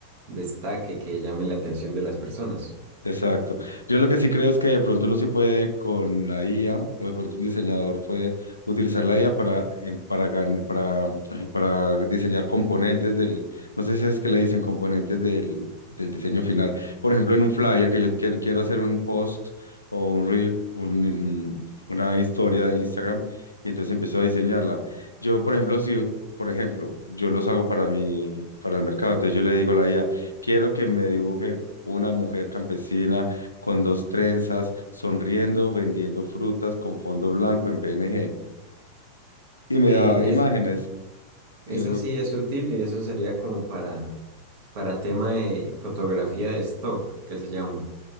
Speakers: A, on the right; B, on the left.
A: destaque, que llame la atención de las personas.
B: Exacto. Yo lo que sí creo es que de pronto uno sí puede con la IA, o de pronto un diseñador puede utilizar la IA para, em, para, gan- para, ay, para diseñar componentes del, no sé si es que le dicen componentes del, del diseño final. Por ejemplo, en un flyer que yo quiero, quiero hacer un post o un reel, un- una historia de Instagram, y entonces empiezo a diseñarla. Yo, por ejemplo, si, por ejemplo, yo los hago para mi, para el mercado, entonces yo le digo a la IA, quiero que me dibuje una mujer campesina con dos trenzas, sonriendo, vendiendo frutas con fondo blanco en PNG. Y me
A: Sí,
B: daba
A: es
B: imágenes.
A: Eso
B: Y yo lo...
A: sí es útil y eso sería como para, para tema de fotografía de stock, que se llama.